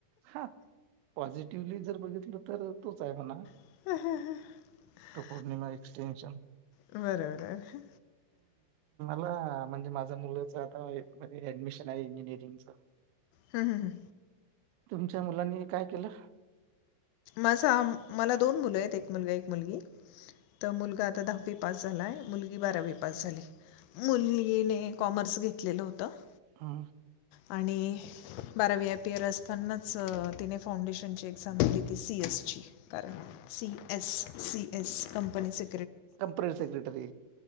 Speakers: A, on the right; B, on the left.
A: हा पॉझिटिव्हली जर बघितलं तर तोच आहे म्हणा.
B: <unintelligible>
A: पौर्णिमा एक्स्टेशन
B: बरोबर आहे.
A: ला म्हणजे माझ्या मुलाच आता ऍडमिशन आहे इंजिनिअरिंगच.
B: हम्म हम्म हम्म
A: तुमच्या मुलांनी काय केलं?
B: माझा, मला दोन मुलं आहेत. एक मुलगा एक मुलगी. तर मुलगा आता दहावीत पास झालाय. मुलगी बारावी पास झालीय. मुलगीने कॉमर्स घेतलेलं होतं. पण
A: हा
B: आणि, बारावी आय पीयर असतानाच तिने फाउंडेशनची एक्झाम दिली. सी एस ची कारण सी एस सी एस कंपनीचे
A: टंपरेरी सेक्रेटरी